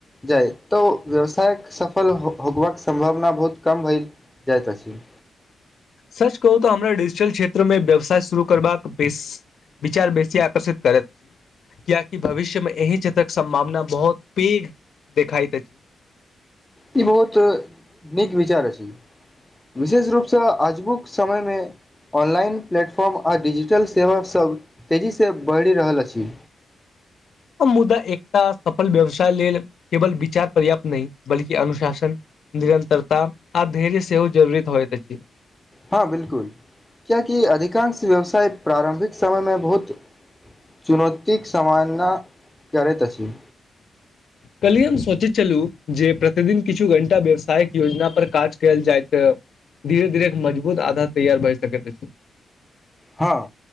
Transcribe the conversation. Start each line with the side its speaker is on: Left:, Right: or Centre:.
Centre: जाय त व्यवसायक सफल होबाक सम्भावना बहुत कम भय जाइत अछि।
Left: सच कहु तं हमरा डिजिटल क्षेत्र मे व्यवसाय शुरू करबाक बेस विचार बेसी आकर्षित करत कियाकि भविष्य मे एहि क्षेत्रक सम्भावना बहुत पैघ देखाइत अछि।
Centre: इ बहुत नीक विचार अछि, विशेष रूपसं आजुक समयमे ऑनलाइन प्लेटफॉर्म आ डिजिटल सेवासब तेजीसं बढ़ि रहल अछि।
Left: आ मुदा एकता सफल व्यवसाय लेल केवल विचार पर्याप्त नहि बल्कि अनुशासन, निरन्तरता आ धैर्य सेहो जरूरत होइत अछि।
Centre: हां, बिलकुल, कियाकि अधिकांश व्यवसाय प्रारम्भिक समय मे बहुत चुनौतीक सामना करैत अछि। हुं।
Left: काल्हिये हम सोचैत छलहुं जे प्रतिदिन किछु घं टा व्यावसायिक योजना पर काज कयल जायत। ते, धीरे-धीरे एक मजबुत आधार तैयार भए सकैत अछि।
Centre: हां,